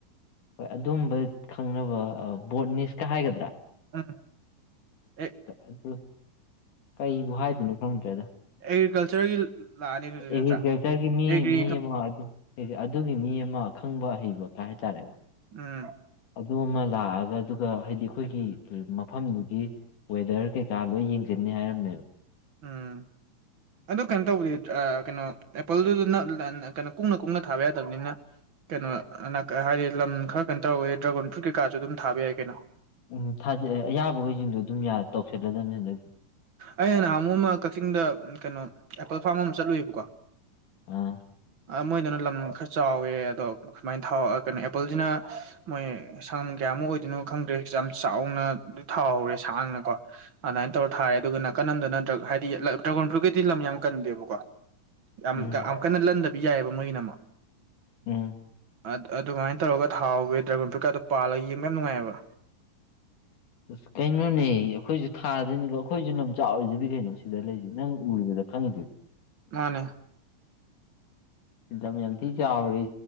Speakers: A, on the left; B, on the right.
A: ꯍꯣꯏ ꯑꯗꯨꯝꯕ ꯈꯪꯅꯕ ꯕꯣꯠꯅꯤꯁꯀ ꯍꯥꯏꯒꯗ꯭ꯔꯥ
B: ꯎꯝ ꯑꯦ
A: ꯑꯗꯨ ꯀꯩꯕꯨ ꯍꯥꯏꯗꯣꯏꯅꯣ ꯈꯪꯗ꯭ꯔꯦꯗ
B: ꯑꯦꯒ꯭ꯔꯤꯀꯜꯆꯔꯒꯤ ꯂꯥꯛꯑꯅꯤ ꯑꯗꯨꯗꯤ
A: ꯑꯩꯒꯤꯔꯀꯜꯆꯔ
B: ꯅꯠꯇ꯭ꯔꯥ
A: ꯒꯤ ꯃꯤ
B: ꯑꯦꯒ꯭ꯔꯤ
A: ꯃꯤ ꯃ ꯑꯗꯤ ꯑꯗꯨꯒꯤ ꯃꯤ ꯑꯃ ꯑꯈꯪꯕ ꯑꯍꯩꯕ ꯀꯥꯏ ꯍꯥꯏꯇꯥꯔꯦꯀꯣ
B: ꯎꯝ
A: ꯑꯗꯨ ꯑꯃ ꯂꯥꯛꯑꯒ ꯑꯗꯨꯒ ꯍꯥꯏꯗꯤ ꯑꯩꯈꯣꯏꯒꯤ ꯃꯐꯝꯗꯨꯒꯤ ꯋꯦꯗꯔ ꯀꯩꯀꯥ ꯂꯣꯏ ꯌꯦꯡꯁꯤꯟꯅꯤ ꯍꯥꯏꯔꯝꯃꯦꯕ
B: ꯎꯝ ꯑꯗꯨ ꯀꯩꯅꯣ ꯇꯧꯕꯗꯤ ꯀꯩꯅꯣ ꯑꯦꯄꯜꯗꯨꯗ ꯀꯩꯅꯣ ꯀꯨꯡꯅ ꯀꯨꯡꯅ ꯊꯥꯕ ꯌꯥꯗꯕꯅꯤꯅ ꯀꯩꯅꯣ ꯍꯥꯏꯗꯤ ꯂꯝ ꯈꯔ ꯀꯩꯅꯣ ꯇꯧꯔꯒ ꯗ꯭ꯔꯥꯒꯣꯟ ꯐ꯭ꯔꯨꯠ ꯀꯩꯀꯥꯁꯨ ꯑꯗꯨꯝ ꯊꯥꯕ ꯌꯥꯏ ꯀꯩꯅꯣ
A: ꯎꯝ ꯊꯥꯖꯦ ꯑꯌꯥꯕꯈꯩꯁꯤꯡꯗꯣ ꯑꯗꯨꯝ ꯇꯧꯁꯤꯜꯂꯗꯕꯅꯤ ꯍꯟꯗꯛꯇꯤ
B: ꯑꯩꯅ ꯅꯍꯥꯟꯃꯨꯛ ꯑꯃ ꯀꯛꯆꯤꯡꯗ ꯀꯩꯅꯣ ꯑꯦꯄꯜ ꯐꯥꯔꯝ ꯑꯃ ꯆꯠꯂꯨꯏꯕꯀꯣ
A: ꯑꯥ
B: ꯃꯣꯏꯗꯨꯅ ꯂꯝ ꯈꯔ ꯆꯥꯎꯋꯦ ꯑꯗꯣ ꯁꯨꯃꯥꯏꯅ ꯊꯥꯎꯔꯛꯑ ꯀꯩꯅ ꯑꯦꯄꯜꯁꯤꯅ ꯃꯣꯏ ꯁꯪꯉꯝ ꯀꯌꯥꯃꯨꯛ ꯑꯣꯏꯗꯣꯏꯅꯣ ꯈꯪꯗ꯭ꯔꯦꯁꯦ ꯌꯥꯝ ꯆꯥꯎꯅ ꯊꯥꯎꯍꯧꯔꯦ ꯁꯥꯡꯅ ꯀꯣ ꯑꯗꯨꯃꯥꯏꯅ ꯇꯧꯔ ꯊꯥꯏ ꯑꯗꯨꯒ ꯅꯥꯀꯟ ꯑꯝꯗꯅ ꯗ꯭ꯔꯥ ꯍꯥꯏꯗꯤ ꯗ꯭ꯔꯥꯒꯣꯟ ꯐ꯭ꯔꯨꯠꯀꯤꯗꯤ ꯂꯝ ꯌꯥꯝꯅ ꯀꯟꯗꯦꯕꯀꯣ ꯌꯥꯝ
A: ꯎꯝ
B: ꯌꯥꯝ ꯀꯟꯅ ꯂꯟꯗꯕꯤ ꯌꯥꯏꯑꯕ ꯃꯣꯏꯒꯤꯅ ꯑꯃ
A: ꯎꯝ....
B: ꯑ ꯑꯗꯨꯃꯥꯏꯅ ꯇꯧꯔꯒ ꯊꯥꯑꯣꯕ ꯗ꯭ꯔꯥꯒꯣꯟ ꯐ꯭ꯔꯨꯠꯀꯗꯣ ꯄꯥꯜꯂ ꯌꯦꯕ ꯌꯥꯝ ꯅꯨꯡꯉꯥꯏꯑꯕ
A: ꯑꯁ ꯀꯩꯅꯣꯅꯦ ꯑꯩꯈꯣꯏꯁꯨ ꯊꯥꯗꯣꯏꯅꯤꯕ ꯑꯩꯈꯣꯏꯁꯨ ꯂꯝ ꯆꯥꯎꯔꯤꯁꯤꯗꯤ ꯀꯩꯅꯣ ꯁꯤꯗ ꯂꯩꯁꯦ ꯅꯪ ꯎꯔꯤꯕꯗ ꯈꯪꯉꯤꯗꯨꯗꯤ
B: ꯃꯥꯅꯦ
A: ꯌꯥꯝ ꯌꯥꯝ ꯊꯤ ꯆꯥꯎꯔꯤ